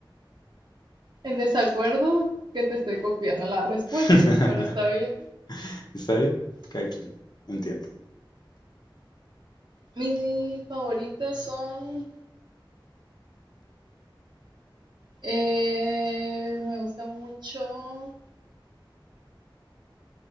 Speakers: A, on the right (about 60°); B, on the left (about 55°).
A: en desacuerdo que te estoy copiando las respuestas,
B: <laughs>
A: pero está bien.
B: ¿Está bien? Cada quien, Entiendo.
A: Mis favoritas son, eh, me gusta mucho,